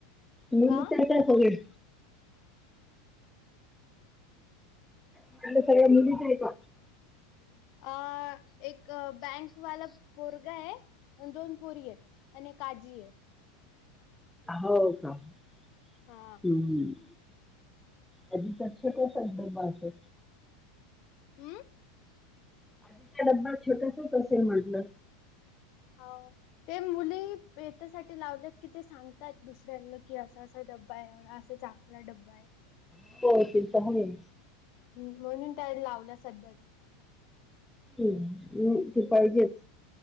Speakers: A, in the centre; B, on the left.
A: मुलीच
B: आं?
A: आहे का सगळे? <inaudible> सगळ्या मुलीच आहे का?
B: अ एक बँकवाल पोरगा आहं आणं दोन पोरी आहेत आणि ए काजीे.
A: हो का हम्म
B: हा.
A: हम्म. कधीच <inaudible> संदर्भ असायच्या.
B: हम्म.
A: आजीचा डब्बा छोटासचं असेल म्हटलं.
B: हो. ते मुलीे भेटासाठी लावल्यात की ते सांगतात दुसऱ्यांना, की असं असा डब्बा आहे म्हणून असं सांग. लाल डब्बा आहे.
A: <unintelligible> तर होईल.
B: हम्म म्हणून तर लावला सध्याचा.
A: हम्म ते पाहिजेच.